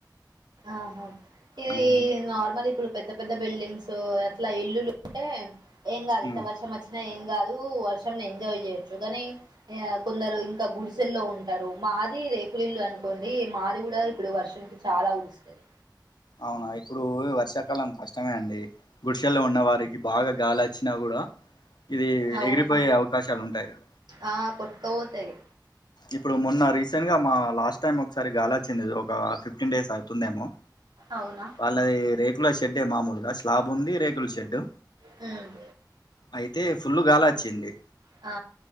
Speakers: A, on the right; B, on the left.
A: ఆహా. ఇదీ
B: మ్మ్
A: నార్మలి పుడు పెద్ద పెద్ద బిల్డింగ్సూ ఎట్లా ఇల్లులు. లుంటే ఏం కాదు ఎంత
B: మ్మ్
A: వర్షచ్చి నఏంగాదు వర్షంనెంజాయ్ చేయొచ్చు గని.... య కొందరు ఇంక గుడిసెల్లో ఉంటరు మాది రేకులిల్లు అనుకోండీ మాది గుడ ఇప్పుడు వర్షంకి చాలా ఉపిస్తది
B: అవున ఇప్పుడూ ఇవర్షాకాలం కష్టమే అండి గుడిషెల్లో ఉన్న వారికి బాగ గాలచ్చినా గుడా ఇదీ
A: అవును
B: ఎగిరిపోయే అవకాశాలుంటాయి గద
A: ఆ.. కొట్కపోతయ్
B: ఇప్పుడు మొన్న రీసెంట్గా మా లాస్టైమ్ ఒకసారి గాలచ్చింది ఒక ఫిఫ్టీన్డేస్ అవుతుందేమో
A: అవునా.
B: వాళ్ళదీ రేకుల షెడ్డే మామూలుగా స్లాబ్ ఉంది రేకుల షెడ్డు
A: ఉన్
B: అయితే ఫుల్లు గాలచ్చింది
A: ఆ..